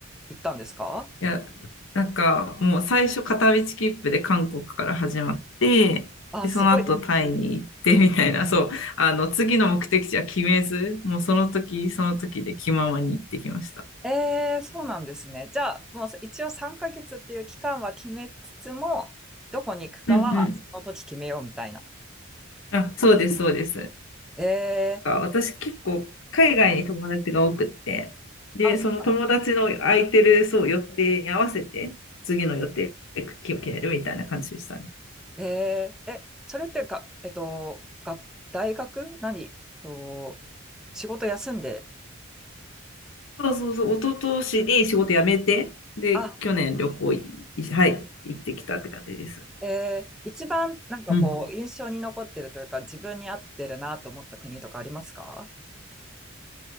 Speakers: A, in the centre; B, on the left.
A: 行ったんですか
B: いや、なんかもう最初片道切符で韓国から始まって、
A: あ、
B: で、
A: すごい
B: その後タイに行ってみたいな、そう、あの、次の目的地は決めず、もうその時その時で気ままに行ってきました。
A: ええそうなんですね。じゃあ、もう一応3ヶ月っていう期間は決めつつも、どこに行くかはその時決めようみたいな。
B: うんうん。あ、そうです、そうです。
A: ええ
B: か、私結構海外に友達が多くって、で、
A: あ、そうなんです。
B: その友達の空いてる、そう、予定に合わせて、次の予定を決めるみたいな感じでしたね。
A: えー、え、それってが、えっと、が、大学何えっと、仕事休んで、
B: そうそうそう、一昨年に仕事辞めて、で、
A: あ、
B: 去年旅行い、はい、行ってきたって感じです。
A: えー、一番なんかこう、
B: うん。
A: 印象に残ってるというか、自分に合ってるなと思った国とかありますか